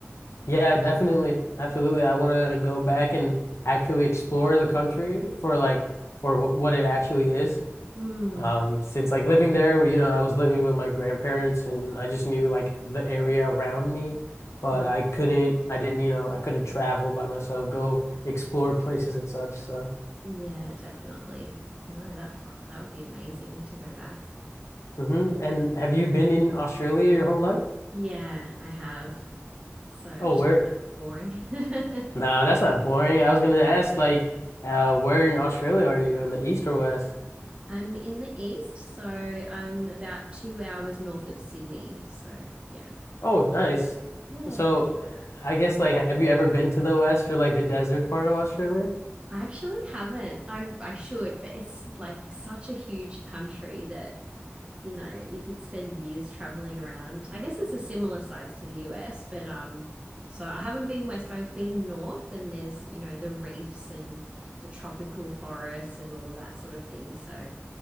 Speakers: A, on the left (about 75°); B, on the right (about 25°).
A: Yeah, definitely. Absolutely. I want to go back and actually explore the country for like for wh what it actually is.
B: Hmm.
A: Um, since like living there, you know, I was living with my grandparents and I just knew like the area around me, but
B: Yeah,
A: I couldn't I didn't, you know, I couldn't travel by myself, go explore places and such. So,
B: yeah, definitely. No, that wa- that would be amazing to go back.
A: hmm And have you been in Australia your whole life?
B: Yeah, I have. So,
A: Oh,
B: which
A: where?
B: is kind of boring. <laughs>
A: No, that's not boring. I was gonna ask like uh where in Australia are you? In the east or west?
B: I'm in the east, so I'm about two hours north of Sydney. So, yeah.
A: Oh, nice.
B: Yeah.
A: So uh, I guess like have you ever been to the west or like the desert part of Australia?
B: I actually haven't. I I should, but it's like such a huge country that, you know, you could spend years traveling around. I guess it's a similar size to the US, but um so I haven't been west, but I've been north and there's, you know, the reefs and the tropical forests and all of that sort of thing. So,